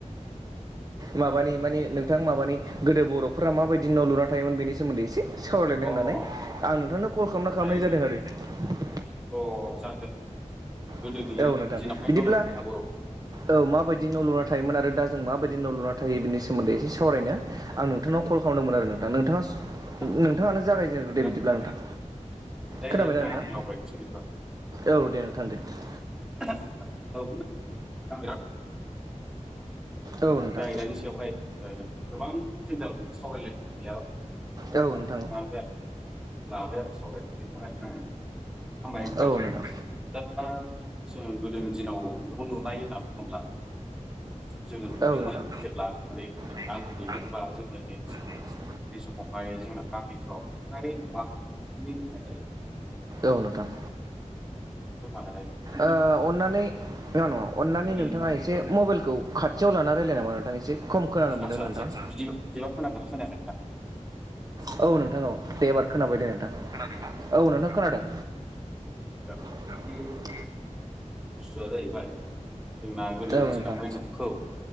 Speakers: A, on the right; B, in the centre.
A: माबानि मानि नोंथां माबानि गोदो बर'फोरा माबायदि न' लुना थायोमोन बेनि सोमोन्दै एसे सावरायलायनो
B: औ अ
A: होननानै आं नोंथांनो कलखौनो खालामनाय
B: जायो
A: जादों
B: जायो
A: आरो नोंथां।
B: अ जागोन। गोदोनि
A: औ नोंथां
B: दिनावहाय
A: बिदिब्ला
B: न' लुनाय बर'फ्रा
A: औ माबायदि न' लुना थायोमोन आरो दा जों माबायदि न' लुना थायो बिनि सोमोन्दै एसे सावरायनो
B: औ
A: आं नोंथांनाव कल खालामदोंमोन आरो नोंथा नोंथाङा सम
B: आदसा
A: नों-नोंथाङानो
B: आदसा
A: जागायदो
B: बेथ' बिराद
A: दे बिदिब्ला
B: मोजां
A: नोंथां।
B: आयदा जायखिजाया
A: खोनाबाय ना नों?
B: नोंथां आंनो आवगायनोसै बिदिबा
A: औ दे नोंथां दे ।
B: <unintelligible> आङो बे
A: औ नोंथां
B: आयदानि सायावहाय ओ गोबां जिंगाब सावरायलायनो बेयाव
A: औ
B: <unintelligible>
A: नोंथां
B: लाबाय आरो सबाय बिनि थाखायनो आङो। हामबाय
A: औ
B: होमबास
A: नोंथां
B: दा <unintelligible> जिनाव द न' लुनाय होनना बुङोब्ला जोङो नुदोंमोन
A: औ नोंथां
B: जेब्ला आं उन्दैमोन
A: नेक्स्ट
B: बा उन्दैमोन बै समाव
A: नेक्स्ट
B: बे समावहाय जोंना गामिफ्राव फाय न'आ उखुमै लुनाय जायोमोन।
A: औ नोथां।
B: आरो
A: ओ अननानै नङा नङा अननानै
B: थुरिजों
A: नोंथाङा
B: बानायनाय
A: एसे
B: औ
A: मबाइलखौ खाथियाव लाना रायजलायना हामोन नोंथां नामा? एसे खम खोनानो मोनदों
B: आदसा आदसा
A: नोंथां।
B: बिदि बिदिबा खोनादोंना खोनायाखै नोंथां
A: <unintelligible> औ नों थां औ। खोनाबायदे नोंथां। खोनादोंना? औ नोंथां खोनादों।
B: औ
A: <inaudible>
B: बे बुस्थुआ जाहैबाय जोंना गोदोनि
A: औ नोंथां
B: दिनावहाय न'खौ